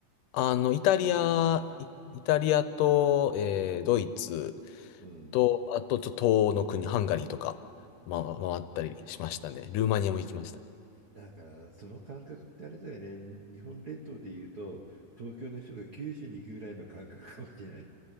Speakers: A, on the left (about 85°); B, on the right (about 50°).
A: あの、イタリア、イ、イタリアと、えードイツ
B: うん。
A: と、あと、ちょっと東欧の国、ハンガリーとか、ま、回ったりしましたね。ルーマニアも行きましたね。
B: だから、その感覚ってあれだよね。日本列島で言うと、東京の人が九州に行くぐらいの感覚かもしれない。